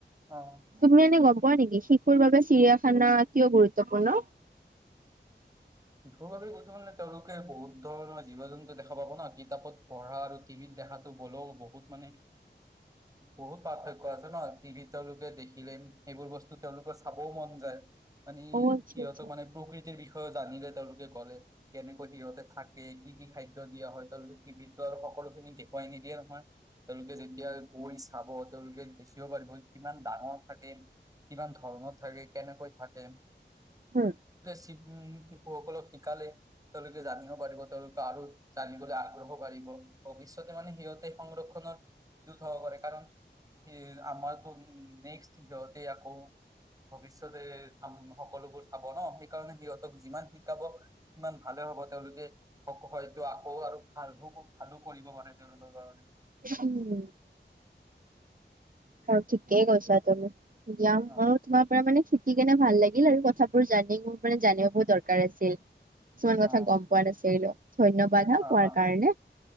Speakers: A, on the right; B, on the right.
A: অ
B: তুমি এনে গবা কোৱা নেকি শিশুৰ বাবে চিৰিয়াখানা কিয় গুৰুত্বপূৰ্ণ
A: শিশুৰ বাবে কো মানে তেওঁলোকে বহুত ধৰণৰ জীৱ জন্তু দেখা পাব ন কিতাপত পঢ়া আৰু টিভিত দেখাতো ব'লেও বহুত মানে বহুত পাৰ্থক্য আছে ন টিভিত তেওঁলোকে দেখিলেম সেইবোৰ বস্তু তেওঁলোকৰ চাবও মন যায়। মানে
B: অ আচ্ছা
A: সিহঁতক
B: আচ্ছা
A: মানে প্ৰকৃতিৰ বিষয়ে জানিলে। তেওঁলোকে গ'লে কেনেকৈ সিহঁতে থাকে কি কি খাদ্য দিয়া হয় তেওঁলোকে কি বিত্ত আৰু সকলোখিনি গেটৰ কই নিদিয়ে নহয় তেওঁলোকে যেতিয়া গৈছে। খাব তেওঁলোকে দেখিও পাৰিব কিমান ডাঙৰ থাকে। কিমান ধৰণৰ থাকে কেনেকৈ থাকে উ
B: হয়
A: শিশুসকলক শিকালে তেওঁলোকে জানিব পাৰিব তেওঁলোকে আৰু জানিবলৈ আগ্ৰহ কৰিবিব ভৱিষ্বতে মানে সিহঁতে সংৰক্ষণৰ দুত হ কৰে কাৰণ স আমাৰতো নেক্সটতে আকৌ ভৱিষ্যতে চ সকলোবোৰ চাব ন সেইকাৰণে সিহঁতক যিমান শিকাব কিমান ভালে হব তেওঁলোকে হয়তো আকৌ আৰু ভাল ভালো কৰিব পাৰে তেওঁলোকৰ কাৰণে
B: উম অ ঠিকেই কৈছা তুমি যাম
A: অ
B: মই তোমাৰ পৰা মানে স কেনে ভাল লাগিল আৰু কথাবোৰ জানি মোৰ মানে জানিব দৰকাৰ আছিল কিছুমান কথা
A: অ
B: গম পোৱা নাছিল এইিলো ধন্যবাদ হা
A: অ
B: কোৱাৰ
A: অ
B: কাৰণে